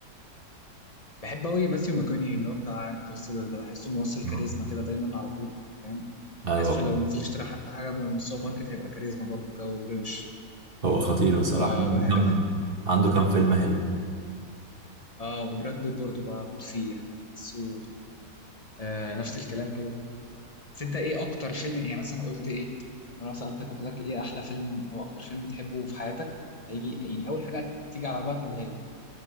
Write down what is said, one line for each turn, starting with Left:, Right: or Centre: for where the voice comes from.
Left: بحب قوي ماثيو ماكوني اللي هو بتاع انترستيلر ده بحسه ممثل
Right: مم.
Left: كاريزما كده دايما على طول فاهم
Right: ايوه
Left: بحسه لو نزل اشترى حتى حاجه من السوبر ماركت هيبقى كاريزما برضه كده وروش
Right: هو خطير بصراحة
Left: فبحب
Right: عنده كام عنده كام فيلم حلو
Left: اه وبراد بيت برضه بموت فيه يعني سو آه نفس الكلام كده بس انت ايه اكتر فيلم يعني مثلا قلت ايه انا سألتك قلت لك ايه احلى فيلم او اكتر فيلم بتحبه في حياتك هيجي يعني اول حاجة تيجي على بالك قولها لي